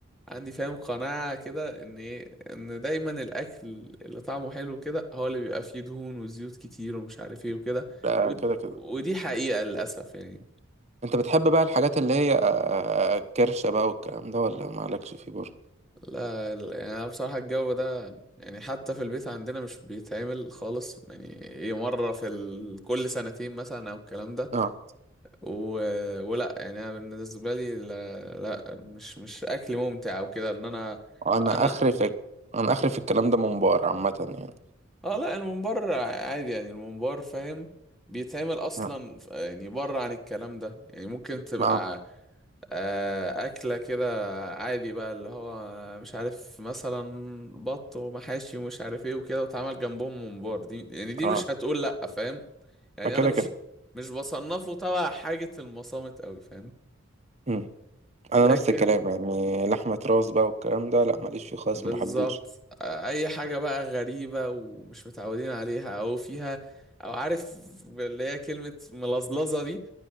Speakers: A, in the centre; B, on the right.
A: عندي فاهم قناعة كده ان ايه ان دايما الاكل اللي طعمه حلو كده هو اللي بيبقى فيه دهون وزيوت كتير ومش عارف ايه وكده
B: ده
A: ود-
B: كده كده
A: ودي حقيقة للاسف يعني
B: انت بتحب بقى الحاجات اللي هي آه، آه، آه، كرشه بقى والكلام ده ولا مالكش فيه برضه
A: لا لا، يعني انا بصراحة الجو ده يعني حتى في البيت عندنا مش بيتعمل خالص يعني ايه مرة في ال... كل سنتين مثلا او الكلام ده
B: اه
A: و... ولا يعني انا بالنسبه لي لا, لا مش مش اكل ممتع او كده ان انا
B: انا
A: انا
B: اخري في انا اخري في الكلام ده منبار عامه يعني
A: اه لا الممبار عادي يعني الممبار فاهم بيتعمل اصلا
B: اه
A: ف- يعني بره عن الكلام ده يعني ممكن تبقى
B: اه
A: آه، اكله كده عادي بقى اللي هو مش عارف مثلا بط ومحاشي ومش عارف ايه وكده واتعمل جنبهم ممبار دي يعني دي
B: آه.
A: مش هتقول لا فاهم يعني
B: فكده
A: انا مش
B: كده
A: مش بصنفه تبع حاجه المصامت قوي فاهم
B: مم. انا
A: لكن
B: نفس الكلام يعني لحمه راس بقى والكلام ده لا ماليش فيه خالص
A: بالظبط
B: ما بحبوش
A: اي حاجه بقى غريبه ومش متعودين عليها او فيها او عارف اللي هي كلمه ملظلظه دي